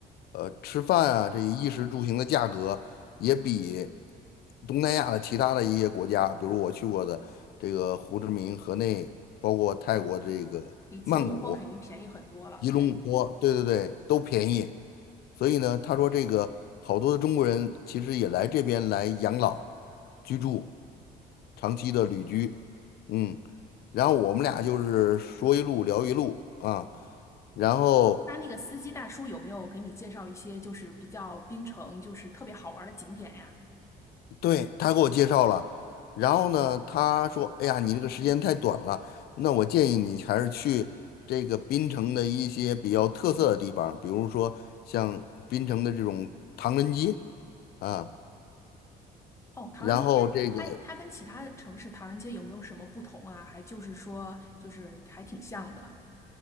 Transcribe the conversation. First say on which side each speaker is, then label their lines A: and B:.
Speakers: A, on the left; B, on the left.
A: 呃吃饭啊，这些衣食住行的价格也比东南亚的其他的一些国家，比如我去过的这个胡志明、河内，包括泰国这个曼谷、
B: 嗯。比吉隆坡肯定便宜很多了。
A: 吉隆坡，
B: 对，
A: 对对对，都便宜。所以呢，他说这个好多的中国人其实也来这边来养老、居住、长期的旅居，嗯。然后我们俩就是说一路聊一路啊，然后
B: 那那个司机大叔有没有给你介绍一些就是比较槟城就是特别好玩的景点呀？
A: 对他给我介绍了，然后呢，他说：“哎呀，你这个时间太短了，那我建议你还是去这个槟城的一些比较特色的地方，比如说像槟城的这种唐人街啊，
B: 哦，唐人街，
A: 然后这个。”
B: 它它跟其他城市唐人街有没有什么不同啊？还就是说就是还挺像的。